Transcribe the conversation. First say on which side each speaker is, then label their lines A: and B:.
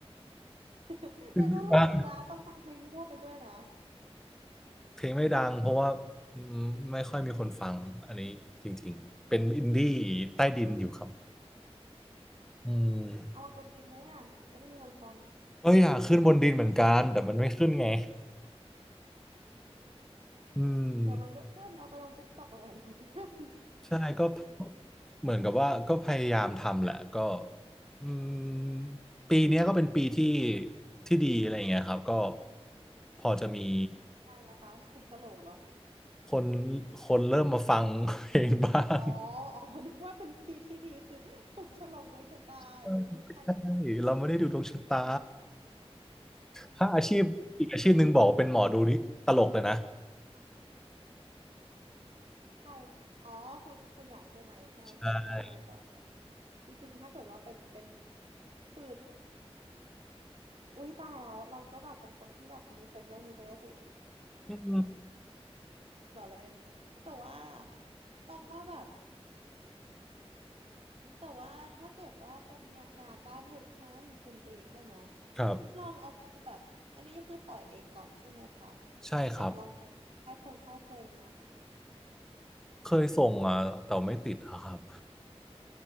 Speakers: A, on the right; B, in the centre.
A: <laughs>
B: เพลงไม่ดัง
A: อย่าดูถูกตรงนะต้องฟังเพลงมั่วไปเรื่อยนะ
B: เพลงไม่ดังเพราะว่าอืมไม่ค่อยมีคนฟังอันนี้จริงๆเป็นอินดี้ใต้ดินอยู่ครับอืม
A: เอามาบนดินไหมอ่ะจะได้มีคนฟัง
B: ก็อยากขึ้นบนดินเหมือนกันแต่มันไม่ขึ้นไงอืม
A: เดี๋ยวมันก็ขึ้น เอาไปลงติ๊กต็อกบ่อยๆเดี๋ยวมันก็ขึ้น
B: ใช่ก็เหมือนกับว่าก็พยายามทำแหละก็อืมปีเนี้ยก็เป็นปีที่ที่ดีอะไรเงี้ยครับก็พอจะมี
A: ทำไมอะคะถูกโฉลกเหรอ
B: คนคนเริ่มมาฟังเพลงบ้าง
A: อ๋ออ๋อ นึกว่าเป็นพีที่ดีคือถูกโฉลกดวงชะตาอย่างงี้ไม่ใช่
B: ใช่เราไม่ได้ดูดวงชะตา ถ้าอาชีพอีกอาชีพหนึ่งบอกว่าเป็นหมอดูนี่ตลกเลยนะ
A: อ่าใคร อ๋อคุณคุณอย่างใช่ไหมใช่ใช่ใช่ใช่ใช่
B: ใช่
A: จริงๆถ้าเกิดว่าเป็นเป็นคืออุ้ยตายแล้วเราก็แบบเป็นคนที่แบบมีเซนส์เรื่องนี้ซะด้วยสิ
B: อืม
A: <laughs> ล้อเล่นแต่ว่าต้องว่าแบบแต่ว่าถ้าเกิดว่าเป็นงานงานด้านธุด้านดนตรีใช่ไหม
B: ครับ
A: ลองเอาไปแบบอันนี้คือปล่อยเองก่อนใช่ไหมคะ
B: ใช่ครับ
A: อยากลองไปค่ายพงค่ายเพลงไหม
B: เคยส่งอ่ะแต่ไม่ติดอะครับ